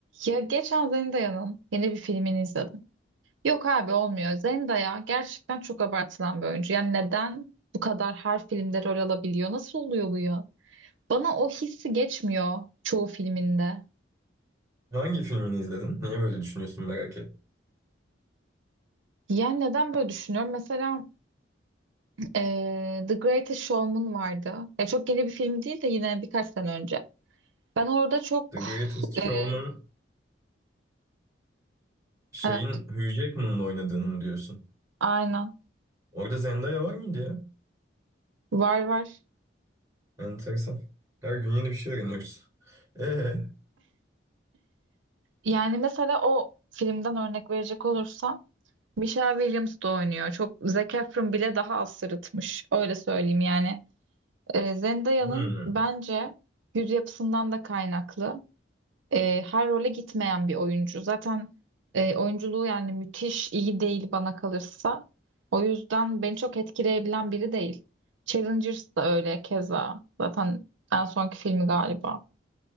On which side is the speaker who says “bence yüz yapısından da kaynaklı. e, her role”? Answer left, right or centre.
Right